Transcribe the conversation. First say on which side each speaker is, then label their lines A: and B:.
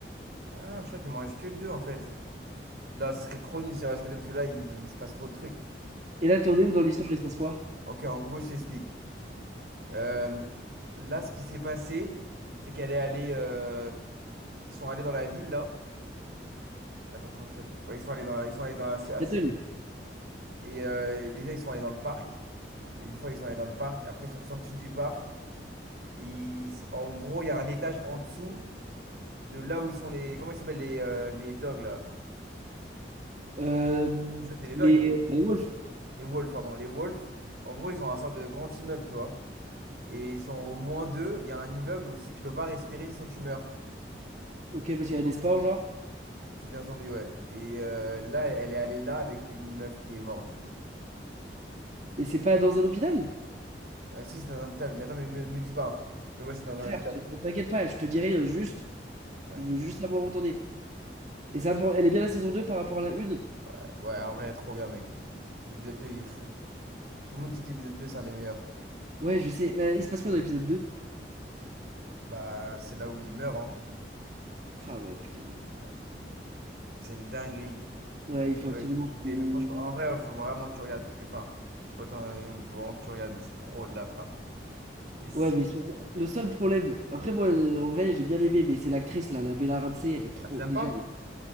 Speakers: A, on the right; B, on the right.
A: Ah, je crois qu'il m'en reste que 2 en fait. Non, ce serait trop nul s'il en reste que 2 parce que là, il, il se passe trop de trucs.
B: Et là, t'en es où dans l'histoire? Il se passe quoi?
A: Ok, en gros, je t'explique. Euh, là, ce qui s'est passé, c'est qu'elle est allée. euh, ils sont allés dans la ville là. Attends, comment ça s'appelle? Ouais, ils sont allés dans la, ils sont allés dans la, Cia- à
B: Seattle.
A: Cia- Et euh, déjà, ils sont allés dans le parc. Une fois, ils sont allés dans le parc. Après, ils sont sortis du parc. Il s- En gros, il y a un étage en dessous de là où ils sont les. Comment ils s'appellent les, euh, les dogs là?
B: Euh,
A: Ça, c'est les dogs,
B: les,
A: hein.
B: les Wolves.
A: Les wolves, pardon. Les wolves. En gros, ils ont un sorte de grand immeuble, tu vois. Et ils sont au moins deux. Il y a un immeuble où si tu peux pas respirer, sinon tu meurs.
B: Ok, parce
A: Tu deviens
B: qu'il y a
A: zombie,
B: des sports, genre.
A: Tu deviens zombie, ouais. Et euh, là, elle est allée là avec une meuf qui est morte, du coup.
B: Mais c'est pas dans un hôpital.
A: Ah, si, c'est dans un hôpital. Mais attends, mais me, me dis pas. hein. Mais ouais, c'est dans
B: Frère,
A: un hôpital.
B: te- te- t'inquiète pas, je te dirai euh, juste.
A: Ouais,
B: Je veux juste savoir où t'en es. Et ça, pour, elle est bien la saison 2 par rapport à la une
A: ouais, ouais, en vrai, trop bien, mec. L'épisode 2 il est fou. Tout le monde dit que l'épisode 2 c'est un des meilleurs.
B: Ouais, je sais. Mais il se passe quoi dans l'épisode deux
A: Bah, c'est là où il meurt, hein.
B: Ah ouais, putain.
A: Ouais. C'est une dinguerie.
B: Ouais, il faut
A: Et ouais,
B: absolument
A: j'ai kiffé.
B: qu'on-
A: Mais franchement, en vrai, il faut vraiment que tu regardes. Parce que, enfin, je sais pas t'en es où, mais il faut vraiment que tu regardes. Mais c'est trop de la frappe. Et si.
B: Ouais, mais sur-
A: bon.
B: le seul problème. Après, moi, euh, en vrai, j'ai bien aimé, mais c'est l'actrice, là, la Bella Ramsey, elle est trop.
A: Ah, tu l'aimes
B: Déjà,
A: pas?
B: elle est.